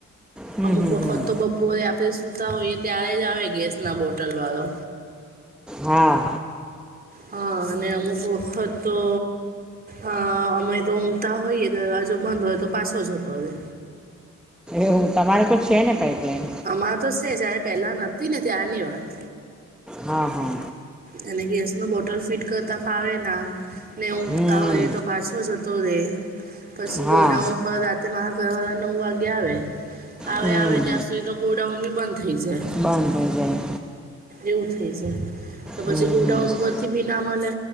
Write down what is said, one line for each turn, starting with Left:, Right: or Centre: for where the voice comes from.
Centre: હમ
Right: અમુક
Centre: હમ હમ
Right: વખત તો બપુઓરે આપ. આપણે સૂતા હોઈએ ત્યારે જ આવે ગેસના બોટલવાળો.
Centre: હા.
Right: હા અને અમુક વખત તો. અ અમે તો ઊંઘતા હોઈએ દરવાજો બંધ હોય તો પાછો જતો હોય
Centre: એવું તમારે તો છે ને પાઇપલાઇ.
Right: અમારે તો છે જારે પહેલા નથીતી ને ત્યારની વાત.
Centre: હા હા.
Right: એટલે ગેસ ન બોટલ ફિટ કરતા ફાવે ના ને ઊઘતા
Centre: હમ
Right: હોય તો પાછો જતો રે પછી
Centre: હા
Right: ગોડાઉન પર રાતે મારા ઘર વાળા નવ વાગ્યા આવે.
Centre: હમ
Right: આવે ત્યાં સુધી તો ગોડાઉન બી બંધ થઈ જાય
Centre: બંધ થઈ જાય.
Right: એવું થઇ જાય. તો પછી
Centre: હમ
Right: ગોડાઉન
Centre: હમ
Right: પરથી બી ના મળે,